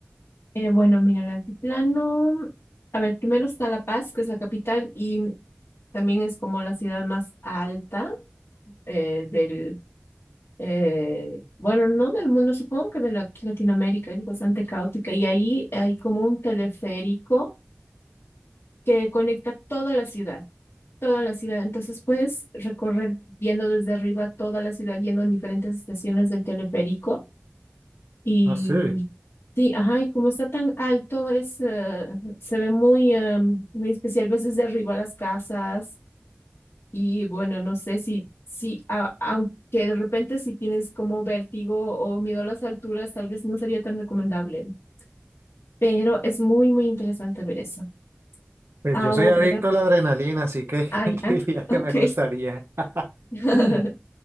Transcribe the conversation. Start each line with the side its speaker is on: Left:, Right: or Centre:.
Left: Eh, bueno, mira, el altiplano, a ver, primero está La Paz, que es la capital y también es como la ciudad más alta eh, del, eh, bueno, no del mundo, supongo que de la- aquí Latinoamérica, es bastante caótica y ahí hay como un teleférico que conecta toda la ciudad, toda la ciudad, entonces puedes recorrer viendo desde arriba toda la ciudad, yendo en diferentes estaciones del teleférico. y
Right: Ah sí.
Left: Sí, ajá, y como está tan alto, es, eh, se ve muy, em, muy especial, ves desde arriba las casas y bueno, no sé si, si a- aunque de repente si tienes como vértigo o miedo a las alturas, tal vez no sería tan recomendable, pero es muy, muy interesante ver eso.
Right: pues
Left: Ahora,
Right: yo soy adicto a la adrenalina, así que
Left: ah,
Right: <laughs>
Left: ya,
Right: diría
Left: <laughs>
Right: que
Left: ok.
Right: me gustaría.
Left: <laughs>
Right: <laughs>